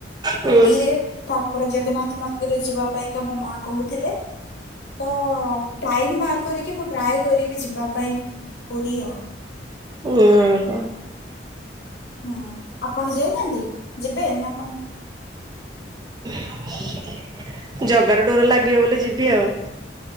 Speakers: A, on the right (about 25°); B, on the left (about 65°).
A: ହୁଁ।
B: ପୁରୀରେ ତାଙ୍କର ଜଗନ୍ନାଥ ମନ୍ଦିର ଯିବା ପାଇଁକା ମୋ ମା କହୁଥିଲେ। ତ ଟାଇମ୍ ବାହାର କରିକି ମୁଁ ଟ୍ରାଏ କରିବି ଯିବା ପାଇଁ। ପୁରୀ ଆଉ।
A: ଓଁ ହୋ।
B: ହୁଁ ଆପଣ ଯାଇନାହାଁନ୍ତି ଯିବେ ନା କଣ?
A: <inaudible> ଜଗାର ଡୋର ଲାଗିବ ବୋଲି ଯିବି ଆଉ।